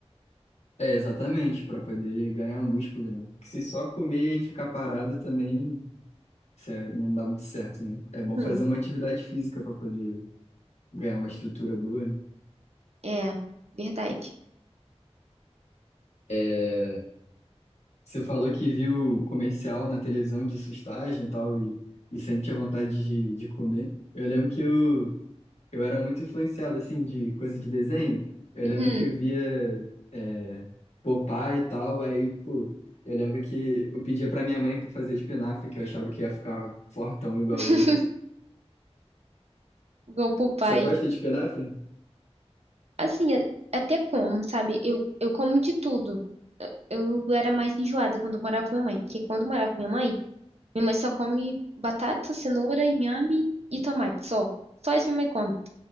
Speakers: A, on the left; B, on the right.
A: é exatamente, pra poder ganhar um músculo, né? Que se só comer e ficar parado também isso é- não dá muito certo, né? É bom
B: Uhum,
A: fazer uma atividade física pra poder ganhar uma estrutura boa, né?
B: é, verdade.
A: É, você falou que viu comercial na televisão de sustagem e tal, e, e sempre tinha vontade de, de comer. Eu lembro que eu, Eu era muito influenciado, assim, de coisa de desenho. Eu lembro
B: Uhum.
A: que eu via é, Popeye e tal, aí, pô, eu lembro que eu pedia pra minha mãe pra fazer espinafre, que eu achava que ia ficar fortão igual
B: <laughs>
A: ele.
B: Igual pro pai.
A: Você gosta de espinafre?
B: Assim, a- até como, sabe? Eu, eu como de tudo. Eu era mais enjoada quando eu morava com minha mãe, porque quando eu morava com minha mãe, minha mãe só come batata, cenoura, inhame e tomate, só. Só isso minha mãe come.